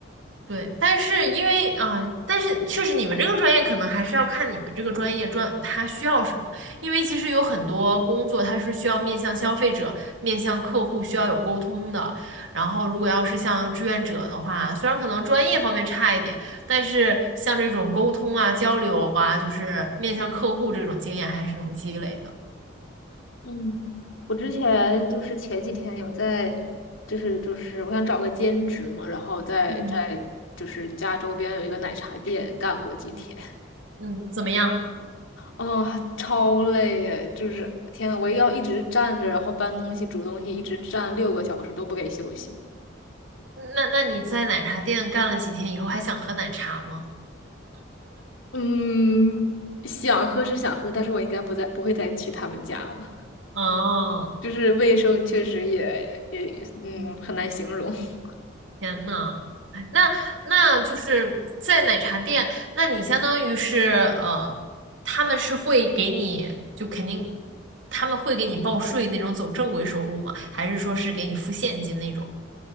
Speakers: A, on the right; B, on the left.
A: 对，但是因为啊、呃但是确实你们这个专业可能还是要看你们这个专业专它需要什么，因为其实有很多工作它是需要面向消费者、面向客户需要有沟通的。然后如果要是像志愿者的话，虽然可能专业方面差一点，但是像这种沟通啊、交流啊，就是面向客户这种经验还是能积累的。
B: 嗯，我之前就是前几天有在，就是就是我想找个兼职嘛，然后在在就是家周边有一个奶茶店干过几天，
A: 嗯嗯，嗯，怎么样？
B: 哦，超累耶！就是天呐，我要一直站着，然后搬东西、煮东西，一直站六个小时都不给休息。
A: 那那你在奶茶店干了几天以后，还想喝奶茶吗？
B: 嗯，想喝是想喝，但是我应该不再不会再去他们家了。
A: 哦。
B: 就是卫生确实也也嗯很难形容。<laughs>
A: 天呐，哎那那就是在奶茶店，那你相当于是呃，他们是会给你就肯定他们会给你报税那种走正规收入吗？还是说是给你付现金那种？